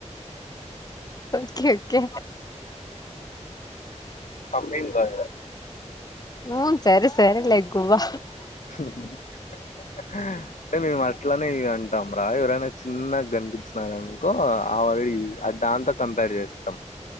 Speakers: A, on the left; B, on the left.
A: ఓకే ఓకే
B: పమ్మింగ్ <unintelligible>
A: ఉను సరే సరేలే గువ్వా
B: హ అ మేము అట్లనే ఇగ అంటాం రా ఎవరైనా చిన్నగా కనిపించినారు అనుకో ఆల్రెడీ అ దాంతో కంపేర్ చేస్తాం